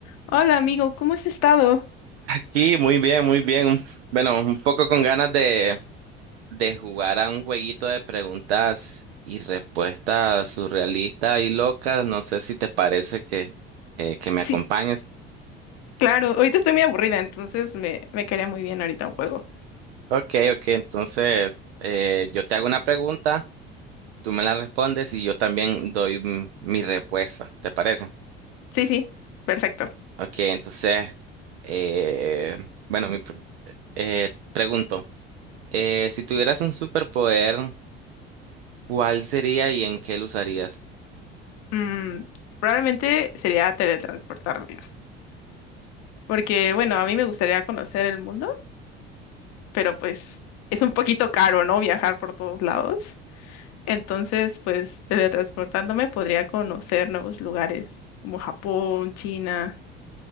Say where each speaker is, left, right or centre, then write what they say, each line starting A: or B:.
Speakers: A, on the left (about 50°); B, on the right (about 75°).
A: Hola amigo, ¿cómo has estado?
B: Sí, muy bien, muy bien. Bueno, un poco con ganas de, de jugar a un jueguito de preguntas y respuestas surrealistas y locas. No sé si te parece que, eh, que me acompañes.
A: Sí, claro, ahorita estoy muy aburrida, entonces me, me caería muy bien ahorita un juego.
B: Ok, ok, entonces eh, yo te hago una pregunta, tú me la respondes y yo también doy mm, mi respuesta. ¿Te parece?
A: Sí, sí, perfecto.
B: Ok, entonces, eh, bueno, mi pr- eh, pregunto, eh, si tuvieras un superpoder, ¿cuál sería y en qué lo usarías?
A: Mm, probablemente sería teletransportarme, porque bueno, a mí me gustaría conocer el mundo, pero pues es un poquito caro, ¿no? Viajar por todos lados. Entonces, pues teletransportándome podría conocer nuevos lugares como Japón, China.